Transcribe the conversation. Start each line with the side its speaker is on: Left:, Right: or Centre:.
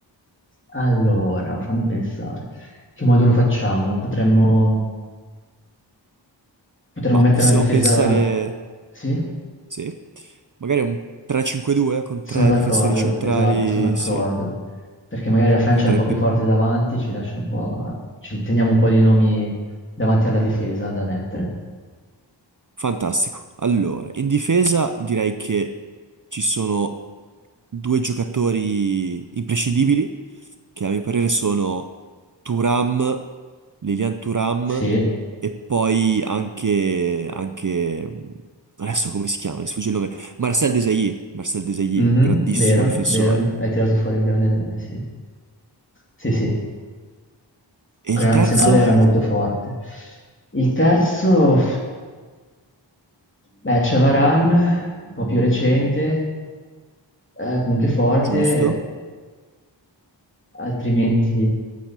Left: Allora, fammi pensare. Che modulo facciamo? Potremmo... Potremmo
Right: ma
Left: mettere
Right: possiamo
Left: una difesa...
Right: pensare...
Left: Sì?
Right: Sì. Magari un 3-5-2 con
Left: Sono
Right: tre
Left: d'accordo,
Right: difensori centrali,
Left: esatto, sono d'accordo.
Right: sì.
Left: Perché magari la Francia
Right: Per dare
Left: è un po' più
Right: più...
Left: forte davanti, ci lascia un po'... ci teniamo un po' di nomi davanti alla difesa da mettere.
Right: Fantastico. Allora, in difesa direi che ci sono due giocatori imprescindibili, che a mio parere sono Turam, Lilian Turam,
Left: Sì,
Right: e poi anche... anche... mhmm, Adesso come si chiama? Mi sfugge il nome. Marcel Desailly. Marcel Desailly,
Left: Mhm,
Right: un grandissimo
Left: Vero,
Right: difensore.
Left: vero, hai tirato fuori un grande nome, sì. Sì, sì.
Right: E
Left: Quella
Right: il terzo?
Left: nazionale era molto
Right: Il-
Left: forte. Il terzo, beh, c'è Varane, un po' più recente, eh, comunque forte,
Right: Giusto.
Left: altrimenti...